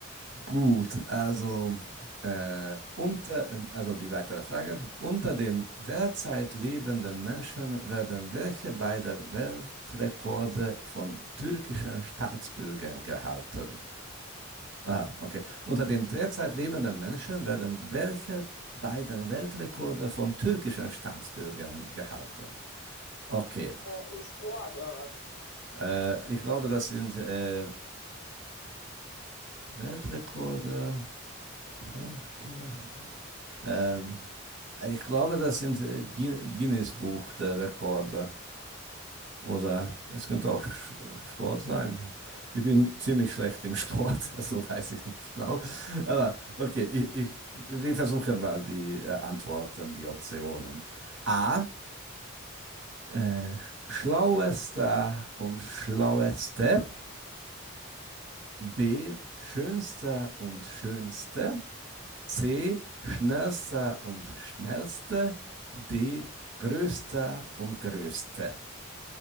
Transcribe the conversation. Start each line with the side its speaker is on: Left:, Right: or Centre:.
Right: Gut, also, äh, unter, also die weitere Frage. Unter den derzeit lebenden Menschen werden welche beiden Weltrekorde von türkischen Staatsbürgern gehalten? Aha, okay. Unter den derzeit lebenden Menschen werden welche beiden Weltrekorde von türkischen Staatsbürgern gehalten? Okay,
Left: Äh, im Sport oder was?
Right: äh, ich glaube, das sind äh, Weltrekorde, Schausteller. Ähm, ich glaube, das sind äh, Gui- Guinness Buch der Rekorde. Oder es könnte auch Sch- Sport sein. Ich bin ziemlich schlecht im Sport, <laughs> also weiß ich nicht genau. Aber okay, ich, ich, wir versuchen mal die äh, Antworten, die Optionen. A. Äh, schlauester und schlaueste. B. Schönster und schönste. C. Schnellster und schnellste. D. Größter und größte.